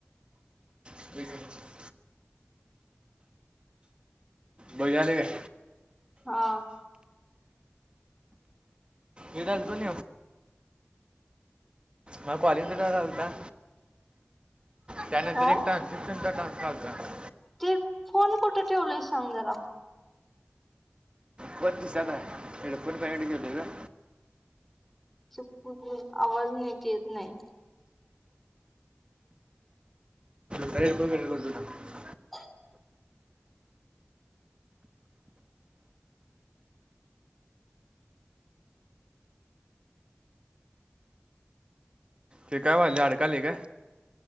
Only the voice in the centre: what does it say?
हा
काय
ते फोन कुठे ठेवलंय सांग जरा?
त आवाज नाही येत नाही.
<unintelligible>